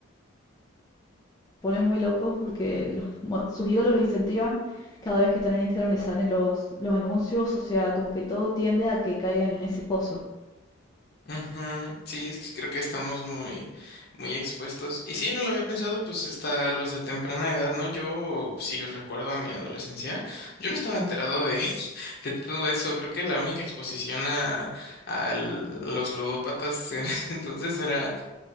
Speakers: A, on the left; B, on the left.
A: ponen muy locos porque los, mo- sus ídolos los incentivan. Cada vez que están en Instagram les salen los, los anuncios, o sea, como que todo tiende a que caigan en ese pozo.
B: Ujú, Sí, es que creo que estamos muy, muy expuestos. Y sí, no lo había pensado, pues hasta los de temprana edad, ¿no? Yo, si recuerdo a mi adolescencia, yo no estaba enterado de, <laughs> de todo eso. Creo que la única exposición a, a los ludópatas en <laughs> ese entonces era